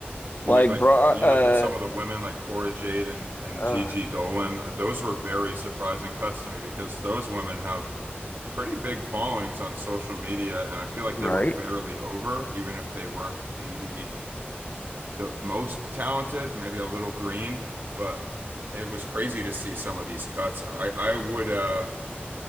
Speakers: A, on the right; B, on the left.
A: You
B: like
A: look like
B: bra
A: you
B: uh,
A: look at some of the women like Cora Jade and and
B: uh
A: Gigi Dolan. Uh, Those were very surprising cuts to me because those women have pretty big followings on social media, and I feel like
B: right
A: they were fairly over, even if they weren't maybe the most talented, maybe a little green, but it was crazy to see some of these cuts. I I would uh